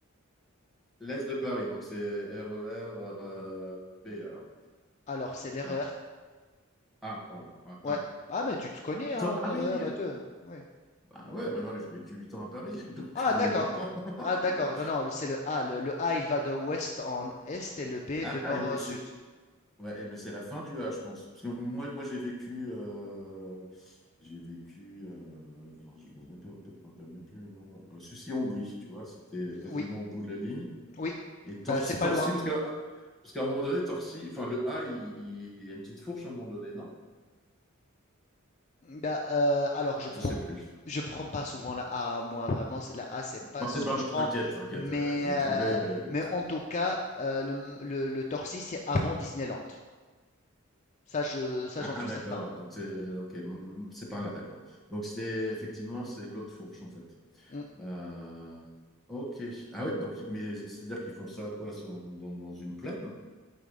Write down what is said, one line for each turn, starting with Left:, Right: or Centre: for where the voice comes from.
Centre: l'Est de Paris. Donc c'est RER euh, B alors.
Left: Alors c'est l'erreur
Centre: Non. Ah, pardon. Ouais,
Left: Ouais.
Centre: Ah,
Left: Ah, mais tu te connais hein,
Centre: Tor-
Left: en erreur,
Centre: ah oui!
Left: toi. Oui.
Centre: Bah ouais, bah non, mais j'ai vécu 8 ans à Paris, <laughs> donc,
Left: Ah,
Centre: mais
Left: d'accord.
Centre: il y a longtemps. <laughs>
Left: Ah, d'accord. Non, non, c'est le A. Le, le A, il va de ouest en est et le B
Centre: Ah,
Left: de nord
Centre: et, et
Left: au
Centre: c'est
Left: sud.
Centre: Ouais, et- mais c'est la fin du A, je pense. Parce que moi, moi j'ai vécu. euh, j'ai vécu. euh, genre, je ne me rappelle je me rappelle même plus le nom. Euh, Sucy-en-Brie, tu vois, c'était quasiment
Left: Oui,
Centre: au bout de la ligne.
Left: oui.
Centre: Et Torcy,
Left: Bah, c'est pas
Centre: Torcy
Left: loin.
Centre: parce que parce qu'à un moment donné, Torcy, enfin, le A, il, il- il y a une petite fourche à un moment donné, non?
Left: Bah, euh, alors, je prends,
Centre: Je sais plus.
Left: je prends pas souvent la A, hein, moi, vraiment. c'est- La A, c'est pas
Centre: Bah,
Left: ce
Centre: c'est pas
Left: que
Centre: grave,
Left: je prends.
Centre: t'inquiète, t'inquiète.
Left: Mais,
Centre: euh, je vais
Left: euh,
Centre: trouver. euh,
Left: mais en tout cas, euh, le, le, le Torcy, c'est avant Disneyland. Ça, je, ça,
Centre: Ah,
Left: j'en suis
Centre: d'accord.
Left: certain.
Centre: Donc, c'est OK. mm, C'est par là, d'accord. Donc, c'est effectivement, c'est l'autre fourche, en fait.
Left: Mm.
Centre: Euh, ok. Ah ouais, donc, mais c'est-à-dire qu'ils font ça quoi, sur- dans, dans une plaine,